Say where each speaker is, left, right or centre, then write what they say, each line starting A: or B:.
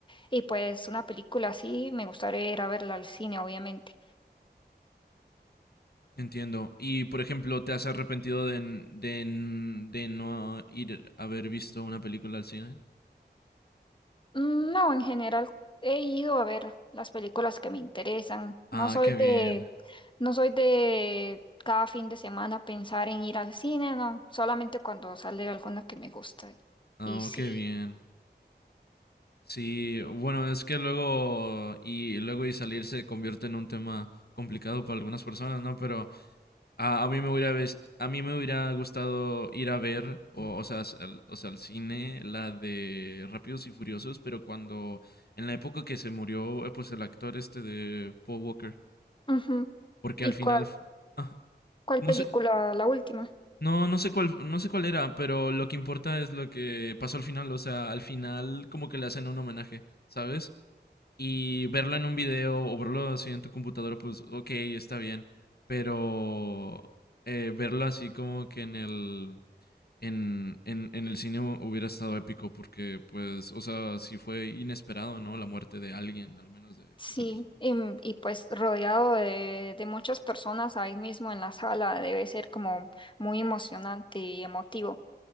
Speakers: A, on the left; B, on the left.
A: y pues una película así me gustaría ir a verla al cine, obviamente.
B: Entiendo. Y por ejemplo, ¿te has arrepentido de, n- de, n- de no ir a haber visto una película al cine?
A: Mm, No, en general he ido a ver las películas que me interesan. No
B: Ah,
A: soy
B: qué
A: de,
B: bien.
A: no soy de cada fin de semana pensar en ir al cine, no. Solamente cuando sale alguna que me gusta.
B: Oh,
A: Y sí.
B: qué bien. Sí, bueno, es que luego y luego y salir se convierte en un tema complicado para algunas personas, ¿no? Pero A, a mí me hubiera ves- a mí me hubiera gustado ir a ver, o, o sea, s- al, o sea, al cine, la de Rápidos y Furiosos, pero cuando, en la época que se murió, eh, pues el actor este de Paul Walker,
A: Ujú.
B: porque
A: ¿Y
B: al final,
A: cuál,
B: fu- ah,
A: cuál
B: no
A: película?
B: sé,
A: La última.
B: no, no sé cuál, no sé cuál era, pero lo que importa es lo que pasó al final, o sea, al final como que le hacen un homenaje, ¿sabes? Y verlo en un video o verlo así en tu computadora, pues ok, está bien. Pero eh, verlo así como que en el, en, en, en el cine hu- hubiera estado épico porque, pues, o sea, sí fue inesperado, ¿no? La muerte de alguien, al menos de
A: Sí.
B: esa persona.
A: em, Y, pues rodeado de, de muchas personas ahí mismo en la sala debe ser como muy emocionante y emotivo.